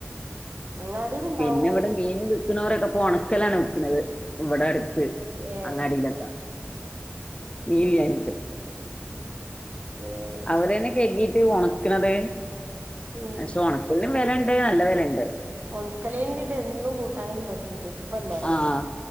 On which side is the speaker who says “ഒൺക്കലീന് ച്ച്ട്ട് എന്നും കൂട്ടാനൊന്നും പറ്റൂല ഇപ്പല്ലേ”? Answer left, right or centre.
Right